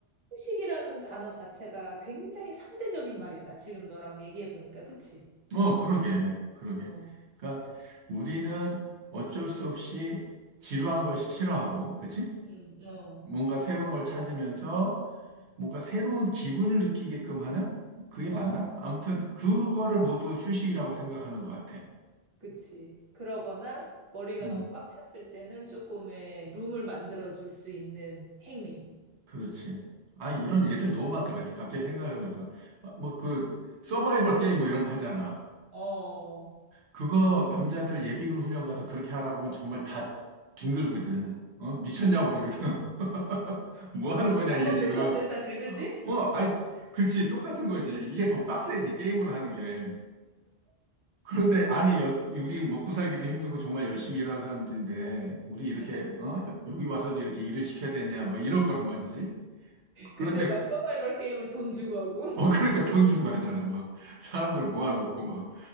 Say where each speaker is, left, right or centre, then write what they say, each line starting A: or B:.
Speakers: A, on the right; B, on the right.
A: 후식이라는 단어 자체가 굉장히 상대적인 말이다. 지금 너랑 얘기해 보니까, 그치?
B: 어, 그러게, 그러게.
A: 어,
B: 그러니까 우리는 어쩔 수 없이 지루한 걸 싫어하고, 그치?
A: 음, 어,
B: 뭔가 새로운 걸 찾으면서 뭔가 새로운 기분을 느끼게끔 하는? 그게 맞나?
A: 어,
B: 아무튼, 그거를
A: 그런 거.
B: 모두 휴식이라고 생각하는 것 같아.
A: 그치. 그러거나 머리가
B: 음.
A: 너무 꽉 찼을 때는 조금의 룸을 만들어 줄 수 있는 행위.
B: 그렇지. 아,
A: 음.
B: 이런 얘들 너무 많다. 그 갑자기 생각을 해보니까. 어, 뭐그 서바이벌 게임 뭐 이런 거 하잖아.
A: 어,
B: 그거 남자들 예비군 훈련 가서 그렇게 하라고 하면 정말 다 뒹굴거든. 어? 미쳤냐고 그러거든. <laughs> 뭐 하는 거냐,
A: 똑같은
B: 이게 지금.
A: 건데, 사실, 그지?
B: 어, 아이, 그치. 똑같은 거지. 이게 더 빡세지, 게임으로 하는 게. 그런데, 아니, 여- 우리 먹고 살기도 힘들고 정말 열심히 일하는 사람들인데, 우리 이렇게,
A: 음.
B: 어? 여- 여기 와서도 이렇게 일을 시켜야 되냐, 뭐 이럴 거란 말이지. 그런데
A: 근데 막
B: 그
A: 서바이벌 게임은 돈 주고 하고. <laughs>
B: 어, 그러니까 돈 주고 하잖아. 막, 사람들 모아놓고 막,